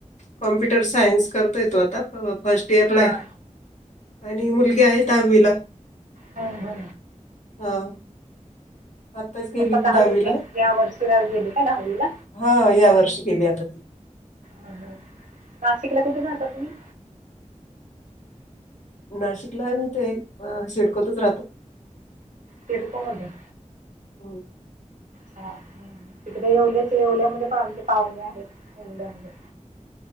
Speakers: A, on the left; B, on the right.
A: कॉम्प्युटर सायन्स करतोय तो आता. फर्स्ट इयर
B: हां
A: ला आहे आणि मुलगी आहे दहावीला.
B: हा हा.
A: हा. आत्ताच गेली
B: आता दहावी
A: ती दहावीला
B: या्या वर्षी गेली का दहावीला.
A: हा या वर्षी केली आता ती.
B: ह नाशिकला कुठे रा हता तुम्ही.
A: नाशिकला आही ते सिडकोतच राहतो.
B: तिरपमत <unintelligible>
A: होम् <unintelligible>
B: छ तिकडे येवल्याच येवल्यामध्ये पण आमचे पाहुणे आहेत येवल्यामध्ये.